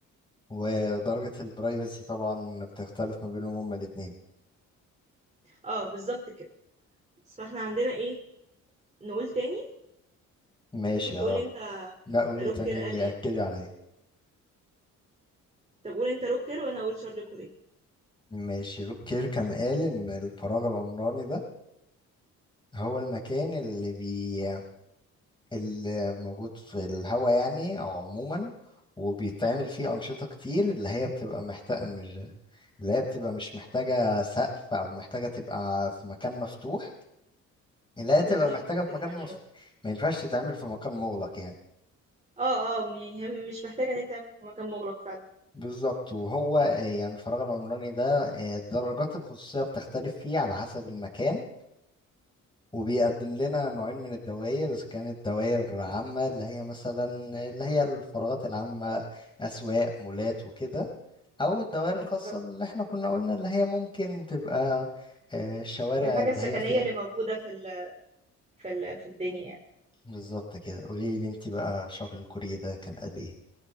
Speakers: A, on the left; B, on the right.
A: ودرجة البرايفسي طبعا بتختلف ما بينهم هما الاتنين
B: اه بالظبط كده بس فاحنا عندنا ايه نقول تاني
A: ماشي
B: ممكن تقول
A: اه
B: انت
A: لا قولي
B: روكر
A: تاني
B: قال ايه
A: أكدي عليا
B: طب قول انت روكر وانا اقول شارل كوريه
A: ماشي روكير كان قال إن الفراغ العمراني ده هو المكان اللي بي اللي موجود في الهواء يعني او عموما وبيتعمل فيه انشطه كتير اللي هي بتبقى محتاجه مش اللي هي بتبقى مش محتاجه سقف او محتاجه تبقى في مكان مفتوح اللي هي تبقى
B: بالظبط
A: محتاجه
B: كده
A: في مكان
B: ايوه
A: مف... ما ينفعش تتعمل في مكان مغلق يعني
B: اه اه يعني هي مش محتاجة ان هي تعمل في مكان مغلق فعلا
A: وبالظبط وهو آه، يعني الفراغ العمراني ده آه، درجات الخصوصيه بتختلف فيه على حسب المكان وبيقدم لنا نوعين من الدوائر إذا كانت دوائر عامة اللي هي مثلا اللي هي الفراغات العامة أسواق مولات وكده أو الدوائر الخاصة
B: بالظبط
A: اللي احنا كنا قلنا اللي هي ممكن تبقى آه، الشوارع
B: الحاجة
A: اللي
B: السكنية
A: هي فيها
B: اللي موجودة في ال في ال في الدنيا يعني
A: بالظبط كده قولي لي انت بقى شارل كوريه ده كان قال ايه